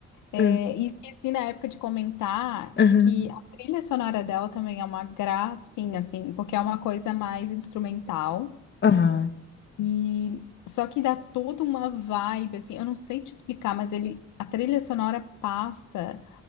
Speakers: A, on the left (about 80°); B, on the left (about 35°).
A: é,
B: É.
A: e esqueci na época de comentar
B: Aham.
A: que a trilha sonora dela também é uma gracinha, assim, porque é uma coisa mais instrumental.
B: Aham.
A: E só que dá toda uma vibe, assim, eu não sei te explicar, mas ele, a trilha sonora passa